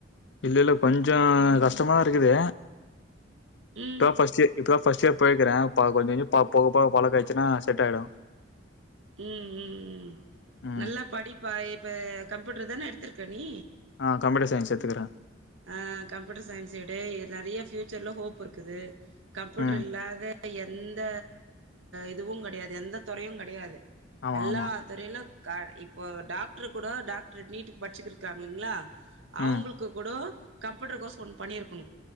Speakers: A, on the left; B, on the right.
A: இல்ல இல்ல கொஞ்சோ கஷ்டமா இருக்குது
B: ம்.
A: தா ஃபஷ்ட்டு இப்பதா ஃபஸ்ட் இயர் போயக்கிறே ப கொஞ்சோ கொஞ்சோ ப போக போக பழக்க ஆயிச்சின்னா செட் ஆயிடு
B: உம் உம் உம்
A: ம்
B: நல்லா படிப்பா இப்ப கம்யூட்டர் தான எடுத்திருக்கே நீ
A: ஆ கம்ப்யூட்டர் சயின்ஸ் எத்துக்குறே
B: ஆ கம்ப்யூட்டர் சயின்ஸ் எடு இ நெறைய ஃபியூச்சர்ல ஹோப் இருக்குது கம்யூட்டர்
A: ம்
B: இல்லாத எந்த இதுவு கெடையாது எந்த தொறையு கெடையாது
A: ஆமா
B: எல்லா
A: ஆமா
B: துறையிலு காட் ப் ஓ டாக்டுரு கூட டாக்டர் நீட்டுக்கு படிச்சிக்கிருக்காங் இல்லேங்ளா அவங்களுக்கு
A: ம்
B: கூடோ கம்யூட்டர் கோர்ஸ் ஒன் பண்ணியிருக்குணு